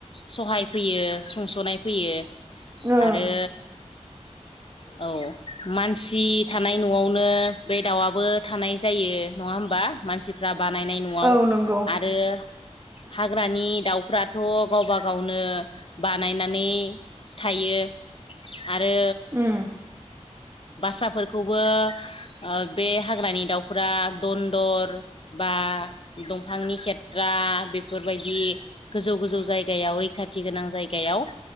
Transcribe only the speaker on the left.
सहाय फैयो सुंस'नाय फैयो।
आरो औ मानसि थानाय न'आव नों बे दाउआबो थानाय जायो नङा होमबा मानसिफ्रा बानायनाय न'आव
आरो हाग्रानि दाउफ्राथ' गावबा गावनो बानायनानै थायो आरो
बासाफोरखौबो ओ बे हाग्रानि दाउफोरा दन्दर बा दंफांनि सेेथ्रा बेफोरबायदि गोजौ गोजौ जायगायाव रैखाथि गोनां जायगायाव